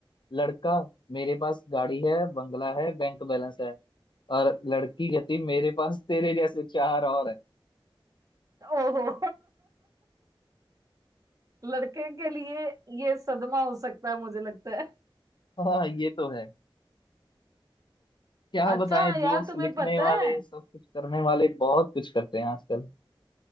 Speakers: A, on the left (about 55°); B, on the right (about 40°).
A: लड़का मेरे पास गाड़ी है बंगला है बैंक बैलेंस है और लड़की कहती मेरे पास तेरे जैसे चार और है
B: ओहो <laughs> लड़के के लिए ये सदमा हो सकता है मुझे लगता है
A: हाँ ये तो है क्या
B: अच्छा
A: बताएं
B: यार
A: जोक्स
B: तुम्हें
A: लिखने
B: पता
A: वाले
B: है
A: सब कुछ करने वाले बहुत कुछ करते हैं आजकल